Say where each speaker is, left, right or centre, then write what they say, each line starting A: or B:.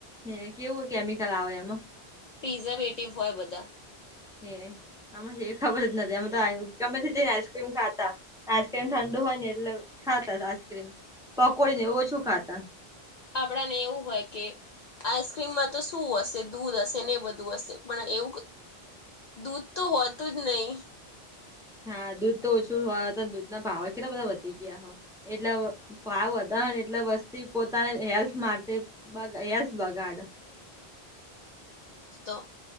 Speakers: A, in the centre; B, on the left.
A: હમ કેવું કેમિકલ આવે એમાં?
B: પ્રિઝર્વેટિવ હોય બધા.
A: હે આમ એ ખબર જ નથી આમ તો ગમે તેને આઈસ્ક્રીમ ખાતાવ આઈસ્ક્રીમ ઠંડુ હોય ને એટલે ખાતા આઈસક્રીમ પકોડી ને એવ ઓછું ખાતા
B: આપડાને એવું હોય કે આઈસ્ક્રીમમાં તો શું હશે દૂધ હશે ને એ બધું હશે, પણ આ એવું ક દૂધ તો હોતું જ નહીં
A: હા દૂધ તો ઓછું હોય, અતાર દૂધ ના ભાવેય કેટલા બધા વધી ગયા હે, એટલે ભાવ વધા હે ને એટલે વસ્તી પોતાને હેલ્થ માટે બ હેલ્થ બગાડે.
B: તો,